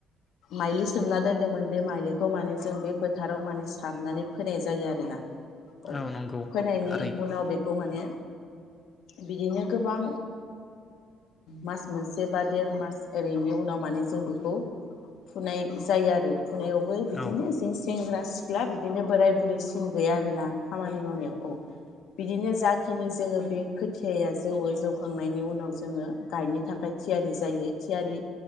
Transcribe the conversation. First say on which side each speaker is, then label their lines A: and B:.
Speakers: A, on the left; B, on the left.
A: माइलि सोमना दोनदोंमोन बे माइलिखौ माने जों बे फोथाराव माने सारनानै फोनाय जायो आरो। <inaudible> औ
B: औ नंगौ
A: फैनायनि
B: थारै
A: उनाव बेखौ माने बिदिनो गोबां मास मोनसे बा देर मास ओरैनि उनाव माने जों बेखौ फुनाय जायो आरो फुनायावबो बिदिनो
B: औ
A: जिस सेंग्रा सिख्ला बिदिनो बोराय बुरै सिं गैया आरो ना खामानि मावनायाव औ बिदिनो जाखिनि जोङो बे खोथियाया जौवो जौखांनायनि उनाव जोङो गायनो थाखाय थियारि जायो थियारि